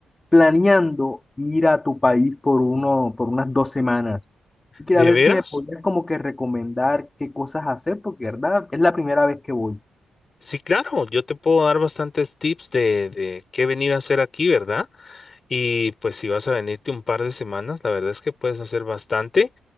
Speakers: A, on the left; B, on the left.
A: planeando ir a tu país por uno, por unas dos semanas. Y quería
B: ¿De
A: ver
B: veras?
A: si me podías como que recomendar qué cosas hacer, porque verdad, es la primera vez que voy.
B: Sí, claro, yo te puedo dar bastantes tips de, de qué venir a hacer aquí, ¿verdad? Y pues si vas a venirte un par de semanas, la verdad es que puedes hacer bastante,